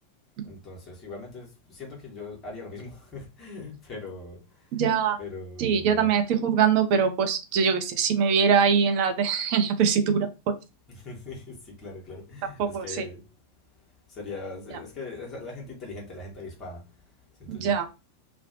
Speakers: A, on the right; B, on the left.
A: ujú.
B: Entonces, igualmente es- siento que yo haría lo mismo, <laughs> pero,
A: Ya,
B: pero
A: sí, yo
B: no.
A: también estoy juzgando, pero pues yo, yo qué sé, si me viera ahí en la, te- <laughs> en la tesitura, pues
B: <laughs> Sí, claro, claro.
A: tampoco
B: Es que
A: sé,
B: sería, es
A: ya,
B: que es la gente inteligente, la gente avispada, siento yo.
A: ya.